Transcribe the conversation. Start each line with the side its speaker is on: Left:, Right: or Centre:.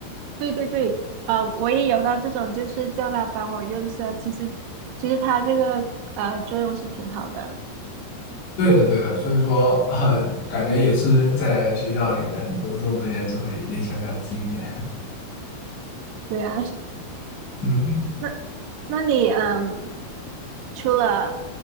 Right: 对对对，呃，我也有到这种，就是叫他帮我润色。其实其实他这个呃作用是挺好的。
Left: 对的，对的，所以说，呃，感觉也是在学校里面读了这么多年之后，有一点小小的经验。
Right: 对啊，
Left: 嗯
Right: 那那你嗯。除了